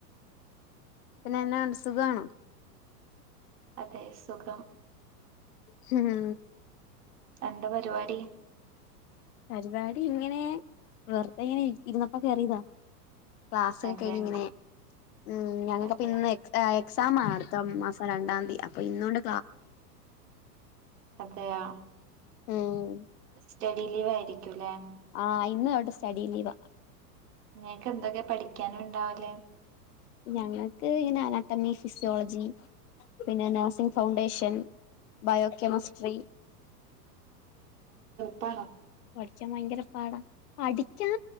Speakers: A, on the left; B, on the right.
A: പിന്നെ എന്നാ <unintelligible> സുഖാണോ
B: അതെ സുഖം
A: ഹ് ഹ്
B: എന്താ പരിപാടി
A: പരിപാടി ഇങ്ങനെ വെറുതെ ഇങ്ങനെ ഇരുന്നപ്പ കേറിതാ ക്ലാസ്ക്കെ
B: അതെ
A: കഴിഞ്ഞ്ങ്ങനെ ഉം ഞങ്ങൾക്ക്
B: അതെ
A: പിന്നിന്ന് എ എക്സാ അടുത്തം മാ- രണ്ടാതി അപ്പൊ ഇന്നൊണ്ട്
B: അതെയാ
A: ഉം
B: സ്റ്റഡി ലീവ് ആയിരിക്കുല്ലേ
A: ആഹ് ഇന്ന് തൊട്ട് സ്റ്റഡി ലീവാ
B: ങ്ങക്ക് എന്തൊക്കെ പഠിക്കാനുണ്ടാവല്
A: ഞങ്ങൾക്ക് ങ്ങനെ അനാട്ടമി ഫിസിയോളജി പിന്നെ നഴ്സിംഗ് ഫൗണ്ടേഷൻ ബയോകെമിസ്ട്രി
B: പ്പ
A: ക്കാൻ ഭയങ്കര പാടാ പഠിക്കാൻ